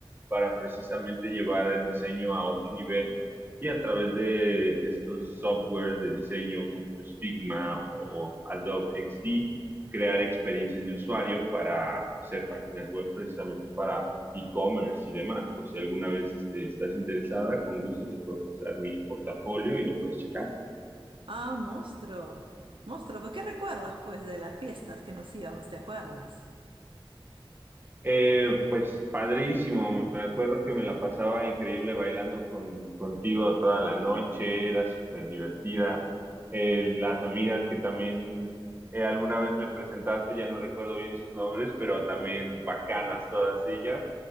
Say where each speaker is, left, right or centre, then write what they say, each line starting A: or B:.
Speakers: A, on the right; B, on the right.
A: para precisamente llevar el diseño a otro nivel y a través de estos softwares de diseño como pues, Figma o Adobe XD, crear experiencias de usuario para hacer páginas web precisamente e-commerce y demás, por si alguna vez este, estás interesada, con gusto te puedo pasar mi portafolio y lo puedes checar.
B: Ah, monstruo. Monstruo, ¿pues qué recuerdas, pues, de las fiestas que nos íbamos? ¿Te acuerdas?
A: Eh, pues padrísimo, me acuerdo que me la pasaba increíble bailando con, contigo toda la noche, era súper divertida. Eh, las amigas que también eh, alguna vez me presentaste, ya no recuerdo bien sus nombres, pero también bacanas todas ellas.